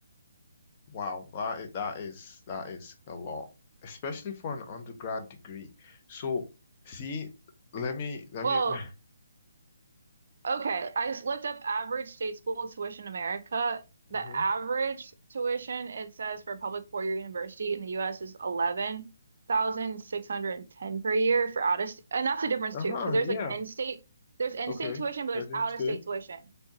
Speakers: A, on the left (about 30°); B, on the right (about 55°).
A: Wow, that is, that is that is a lot, especially for an undergrad degree. So, see, let me let
B: Well,
A: me. <laughs>
B: okay. I just looked up average state school tuition in America. The
A: hmm
B: average tuition, it says for a public four-year university in the US is 11,610 per year for out of st and that's the difference
A: Uh-huh.
B: too, because there's
A: Yeah.
B: like in-state, there's in-state
A: Okay.
B: tuition, but there's
A: Doesn't
B: out-of-state
A: stay.
B: tuition.